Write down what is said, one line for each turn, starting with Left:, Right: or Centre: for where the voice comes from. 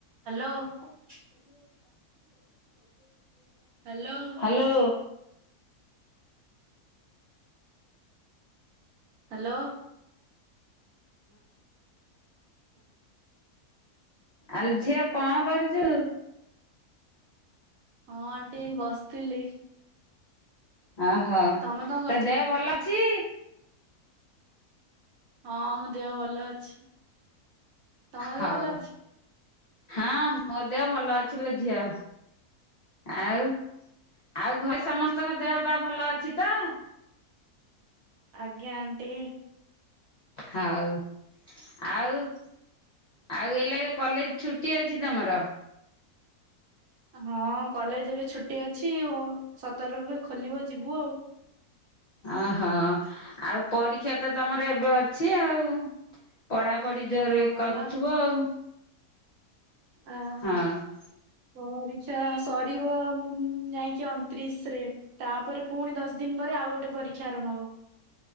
Right: ହ୍ୟାଲୋ।
Left: <unintelligible>
Right: ହ୍ୟାଲୋ।
Left: ଲୋ।
Right: ହାଲୋ।
Left: ଆଲ ଝିଅ କଣ କରୁଛୁ?
Right: ହଁ ଆଣ୍ଟି ଏଇ ବସିଥିଲି।
Left: ଓହୋ
Right: ତମେ କଣ କରୁଛ?
Left: ତୋ ଦେହ ଭଲ ଅଛି?
Right: ହଁ ମୋ ଦେହ ଭଲ ଅଛି। ତମ
Left: ହଉ
Right: ଦେହ ଭଲ ଅଛି?
Left: ହଁ ମୋ ଦେହ ଭଲ ଅଛି ଲୋ ଝିଅ। ଆଉ ଆଉ ଘରେ ସମସ୍ତଙ୍କ ଦେହ ପା ଭଲ ଅଛି ତ?
Right: ଆଜ୍ଞା ଆଣ୍ଟି।
Left: ହଉ ଆଉ ଆଉ ଏଲାଗେ କଲେଜ ଛୁଟି ଅଛି ତମର?
Right: ହଁ କଲେଜ ଏବେ ଛୁଟି ଅଛି ଓ ସତରରୁ ଖୋଲିବ ଯିବୁ ଆଉ।
Left: ଓହୋ ଆଉ ପରୀକ୍ଷା ତ ତମର ଏବେ ଅଛି ଆଉ? ପଡ଼ା ପଡ଼ି ଜୋରେ
Right: ହଁ
Left: କରୁଥିବ
Right: ବା
Left: ଆଉ?
Right: ଆ
Left: ହଁ
Right: ହୋ। ପରୀକ୍ଷା ସରିବ ଯାଇଁକି ଅଣତିରିଶ ରେ। ତାପରେ ପୁଣି ଦଶ ଦିନ ପରେ ଆଉ ଗୋଟେ ପରୀକ୍ଷା ଆରମ୍ଭ ହବ।